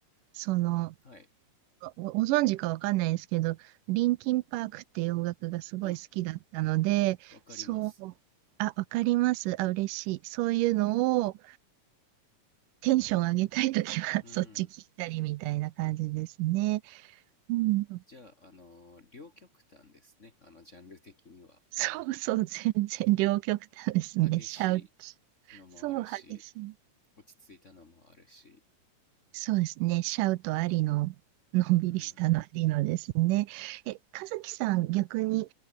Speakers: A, on the right; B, on the left.
A: その、
B: はい。
A: ごご存知かわかんないですけど、リンキンパークっていう音楽がすごい好きだったので、
B: あ、わかります。
A: そう、あ、わかります。あ、嬉しい。そういうのをテンション上げたいときは、
B: うん。
A: そっち聞いたりみたいな感じですね。うん。
B: じゃあ、あの、両極端ですね。あの、ジャンル的には。
A: そうそう、
B: こ
A: 全然両極端ですね。
B: う、激し
A: シャウト。
B: いのもあるし、
A: そう、激しい。
B: 落ち着いたのもあるし。
A: そうですね。シャウトありの、のんびりしたのありのですね。
B: うん。
A: え、和樹さん、逆に